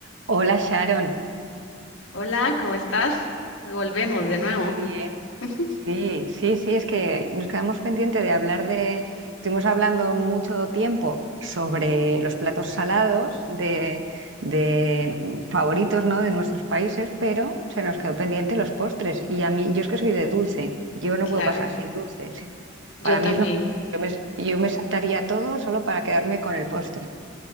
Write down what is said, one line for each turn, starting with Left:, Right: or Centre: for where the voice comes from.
Right: Hola Sharon,
Left: Hola, ¿cómo estás? Volvemos de nuevo.
Right: muy bien.
Left: <laughs>
Right: Sí, sí, sí, es que nos quedamos pendiente de hablar de, estuvimos hablando mucho tiempo sobre los platos salados de, de mm, favoritos, ¿no? de nuestros países, pero se nos quedó pendiente los postres. Y a mí, yo es que soy de dulce, yo no
Left: Claro,
Right: puedo pasar sin dulce. sí.
Left: yo
Right: Para
Left: también,
Right: mí es lo mejor. Yo me, yo me saltaría todo solo para quedarme con el postre.